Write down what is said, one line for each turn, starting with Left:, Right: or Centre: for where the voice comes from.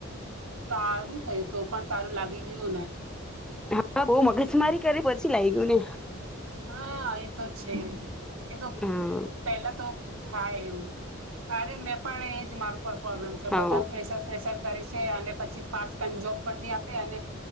Right: સારું થયું તો પણ તારું લાગી નિયો ને
Centre: હા, બઉ મગજમારી કરી પછી લાયગુ ને.
Right: હા, એ તો છે એ તો
Centre: હા
Right: પેલા તો થાય એવું અરે મેં પણ એજ મારું પર પ્રોબ્લેમ છે
Centre: હા
Right: બધા જ ફ્રેશર ફેશર કરે છે અને પછી પાચ ટાઈમ જોબ પણ ની આપે અને